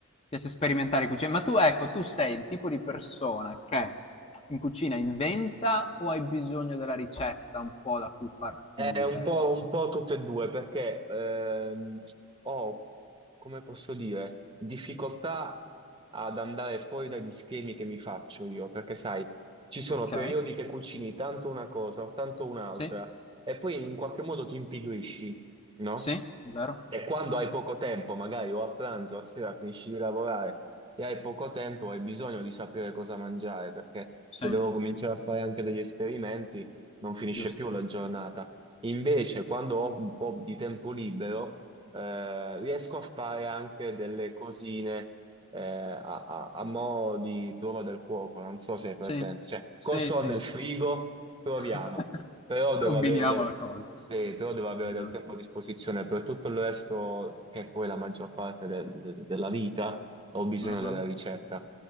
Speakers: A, on the left (about 25°); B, on the right (about 25°).
A: piace sperimentare cucina. Ma tu, ecco, tu sei il tipo di persona che in cucina inventa o hai bisogno della ricetta un po' da cui partire?
B: È un po', un po' tutte e due, perché ehm, ho, come posso dire, difficoltà ad andare fuori dagli schemi che mi faccio io, perché sai, ci sono
A: Ok?
B: periodi che cucini tanto una cosa o tanto un'altra,
A: Sì,
B: e poi in qualche modo ti impigrisci, no?
A: sì, vero?
B: E quando hai poco tempo, magari o a pranzo o a sera finisci di lavorare e hai poco tempo, hai bisogno di sapere cosa mangiare, perché se
A: Sì,
B: devo cominciare a fare anche degli esperimenti, non finisce
A: giusto.
B: più la giornata. Invece, quando ho un po' di tempo libero, eh, riesco a fare anche delle cosine eh, a, a, a mo' di prova del fuoco. Non so se è presente.
A: Sì,
B: Cioè,
A: sì,
B: cosa
A: sì.
B: ho nel frigo? Proviamo.
A: <laughs>
B: Però devo
A: Combiniamo
B: avere del,
A: la cosa.
B: sì, però devo avere
A: Giusto.
B: del tempo a disposizione per tutto il resto, che è poi la maggior parte del- de- della vita ho bisogno
A: Ah,
B: della ricetta,